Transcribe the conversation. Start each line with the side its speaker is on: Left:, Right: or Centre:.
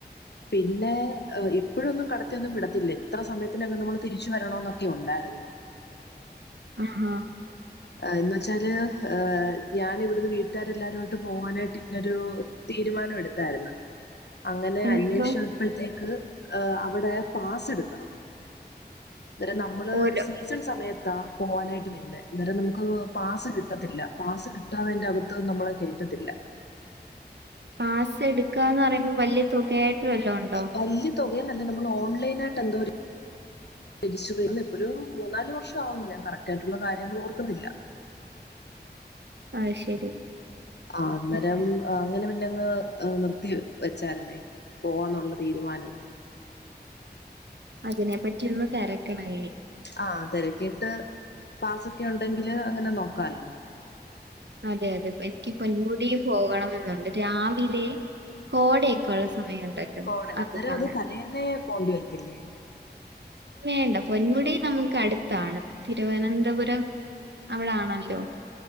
Left: പിന്നെ ഇപ്പോഴൊന്നും കടത്തിയൊന്നും വിടത്തില്ല എത്ര സമയത്തിനകം നമ്മൾ തിരിച്ചു വരണോന്നൊക്കെ ഉണ്ടായിരുന്നു
Right: ആഹഹ
Left: എന്ന വെച്ചാല് ഏ ഞാൻ ഇവിടുന്ന് വീട്ടുകാരെല്ലാരുട്ട് പോവാനായിട്ട് ഇങ്ങനെരു തീരുമാനം എടുത്തായിരുന്നു അങ്ങനെ
Right: എന്നിട്ടോ
Left: അന്വേഷിച്ചപ്പോഴത്തേക്ക് ഏ അവിടെ പാസ് എടുക്കണം ര നമ്മള്
Right: ഓരോ
Left: സീസൺ സമയത്ത് <unintelligible> പോവാനായിട്ട് നിന്നെ അന്നേരം നമുക്ക് പാസ് കിട്ടത്തില്ല പാസ്സ് കിട്ടാതെ അതിന്റെ അകത്ത്ന്നും നമ്മളെ കേറ്റത്തില്ല
Right: പാസ് എടുക്കാന്ന് പറയുമ്പോ വലിയ തുകയായിട്ട് വല്ലോം ഉണ്ടോ
Left: വലിയ തുകയന്നല്ല നമ്മൾ ഓൺലൈൻ ന്തോ രസ്റ്റർ ചെയ ഇപ്പ ഒരു മൂന്നാല് വർഷം ആവുന്നു ഞാൻ കറക്റ്റ് ആയിട്ടുള്ള കാര്യങ്ങൾ ഓർക്കുന്നില്ല
Right: ആഹ ശരി
Left: ആ അന്നേരം
Right: ഉം
Left: അങ്ങനെ ന്നങ്ങ്നിർത്തി വെച്ചായിരുന്നേ പോവാന്നുള്ള തീരുമാനം
Right: അതിനെ പറ്റി ഒന്ന് തിരക്കണഴ
Left: ആഹ തിരക്കിയിട്ട് പാസ്സൊക്കെ ഉണ്ടെങ്കില് അങ്ങനെ നോക്കാാലോ
Right: അതെ അതെ എനിക്ക് പൊന്കൂടിയ പോകണണംമെന്നുണ്ട് രാവിലെ കോടയൊക്കെയ ഉള്ള സമയമുണ്ടല്ലോ
Left: കോട അന്നേരം
Right: കാണാൻ
Left: അത് തലേന്നെ പോേണ്ടി വരത്തില്ലേ
Right: വേണ്ട പൊന്മുടി നമുക്ക് അടുത്താണ് തിരുവനന്തപുരം അവിടൊണല്ലോ